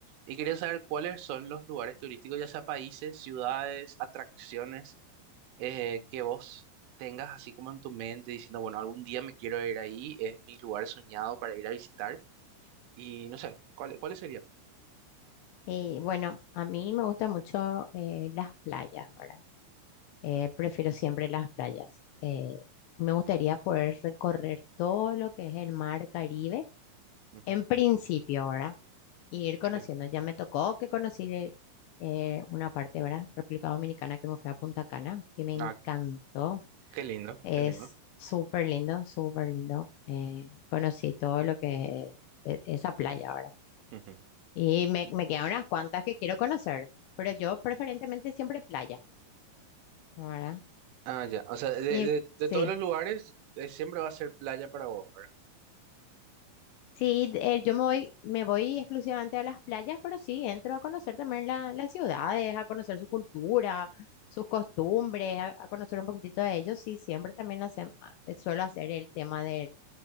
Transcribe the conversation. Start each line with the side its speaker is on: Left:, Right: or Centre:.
Right: Y quería saber cuáles son los lugares turísticos, ya sea países, ciudades, atracciones, eh, que vos tengas así como en tu mente diciendo, bueno, algún día me quiero ir ahí, es mi lugar soñado para ir a visitar y no sé, ¿cuál- cuáles serían?
Left: Y bueno, a mí me gustan mucho eh, las playas, ¿verdad? Eh, prefiero siempre las playas. Eh, me gustaría poder recorrer todo lo que es el mar Caribe,
Right: Ujú.
Left: en principio, ¿verdad? Y ir conociendo.
Right: Sí.
Left: Ya me tocó que conocí de, eh, una parte, ¿verdad? República Dominicana, que me fui a Punta Cana, que me encantó.
Right: Ah, qué lindo,
Left: Es
Right: qué lindo.
Left: súper lindo, súper lindo. Eh, conocí todo lo que e- esa playa ahora.
Right: Ujú,
Left: Y me, me quedan unas cuantas que quiero conocer, pero yo preferentemente siempre playa, ¿verdad?
Right: Ah, ya. O sea, de,
Left: Y
Right: de,
Left: sí,
Right: de todos los lugares, eh, siempre va a ser playa para vos, ¿verdad?
Left: sí, eh, yo me voy, me voy exclusivamente a las playas, pero sí, entro a conocer también la- las ciudades, a conocer su cultura, sus costumbres, a, a conocer un poquitito de ellos. Sí, siempre también hace- a- suelo hacer el tema del,